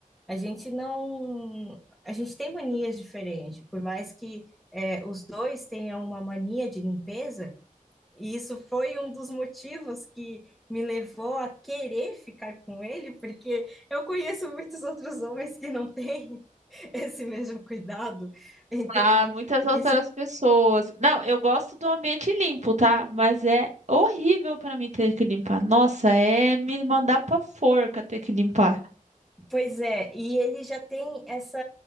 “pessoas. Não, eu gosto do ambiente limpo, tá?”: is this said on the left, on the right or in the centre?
Right